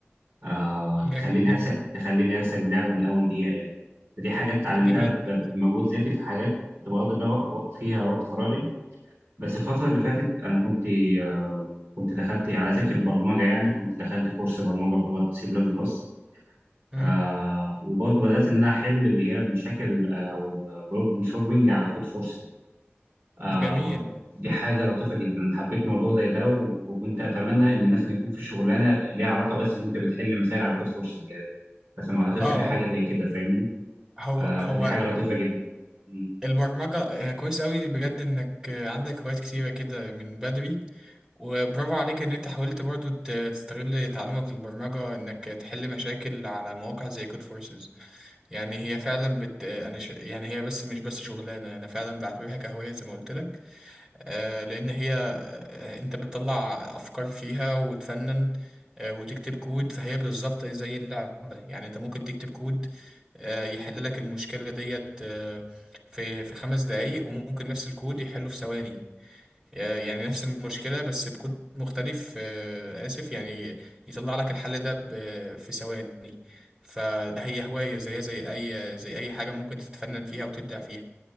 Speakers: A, on the right; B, on the right.
A: آه تخليني
B: جميل جدا
A: اكسب تخليني اكسب اللعبه من اول دقيقه يعني فدي حاجات اتعلمتها
B: جميل جدا
A: ب- بمجهود ذاتي في حاجات كنت بقضي بقى وق- فيها وقت فراغي بس الفترة اللي فاتت أنا كنت آه، كنت دخلت على ذكر البرمجة يعني كنت دخلت كورس برمجة بلغة سي بلس بلس
B: مم.
A: آه وبرضه بدأت إن أنا أحل اللي هي المشاكل آه، أو البروبلم سولفنج على كود فورسز آه
B: جميل
A: دي حاجة لطيفة جدا أنا حبيت موضوع زي ده و- وكنت أتمنى إن مثلا يكون في شغلانة ليها علاقة بس إن أنت بتحل مسائل على كود فورسز يعني بس ما أعتقدش
B: اه
A: في حاجة
B: اه
A: زي كده فاهمني
B: هو
A: آه
B: هو
A: فدي حاجة لطيفة جدا م.
B: البرمجة آه، كويس قوي بجد إنك آه، عندك هوايات كتيرة كده من بدري وبرافو عليك إن أنت حاولت برضو ت- تستغل تعلمك البرمجة إنك تحل مشاكل على مواقع زي كود فورسز يعني هي فعلا بت... انا ش... يعني هي بس مش بس شغلانه انا فعلا بعتبرها كهوايه زي ما قلت لك آه لان هي آه انت بتطلع افكار فيها وتفنن آه وتكتب كود فهي بالظبط زي اللعبه يعني انت ممكن تكتب كود آه يحل لك المشكله ديت آه في في خمس دقايق وممكن نفس الكود يحله في ثواني يعني نفس المشكلة بس بكود مختلف آه، آسف يعني يطلع لك الحل ده ب- في ثواني فهي هواية زيها زي أي زي أي حاجة ممكن تتفنن فيها وتبدع فيها